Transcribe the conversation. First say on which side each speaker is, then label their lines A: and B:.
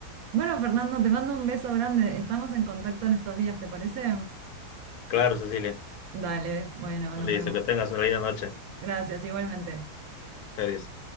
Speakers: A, on the right; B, on the left.
A: Bueno, Fernando, te mando un beso grande. Estamos en contacto en estos días, ¿te parece?
B: Claro, Cecilia,
A: Dale, bueno, nos
B: listo,
A: vemos.
B: que tengas una linda noche.
A: Gracias, igualmente.
B: Adiós.